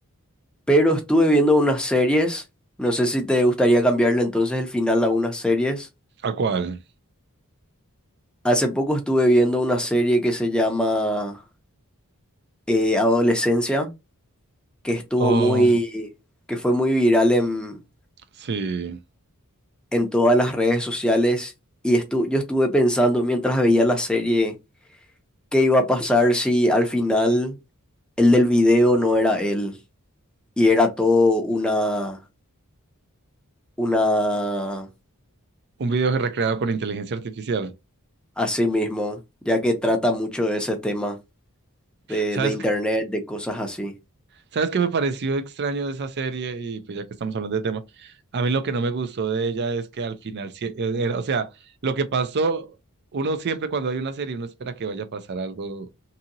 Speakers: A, in the centre; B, on the right (about 50°).
A: pero estuve viendo unas series. No sé si te gustaría cambiarle entonces el final a unas series.
B: ¿A cuál?
A: Hace poco estuve viendo una serie que se llama eh, Adolescencia. que estuvo
B: Oh,
A: muy, que fue muy viral en,
B: sí,
A: en todas las redes sociales y estu- yo estuve pensando mientras veía la serie qué iba a pasar si al final el del video no era él y era todo una, una,
B: un video recreado con inteligencia artificial.
A: así mismo, ya que trata mucho de ese tema de,
B: ¿Sabes
A: de internet, de cosas así,
B: ¿Sabes qué me pareció extraño de esa serie? Y pues ya que estamos hablando de tema, a mí lo que no me gustó de ella es que al final, sí- eh, era, o sea, lo que pasó, uno siempre cuando hay una serie, uno espera que vaya a pasar algo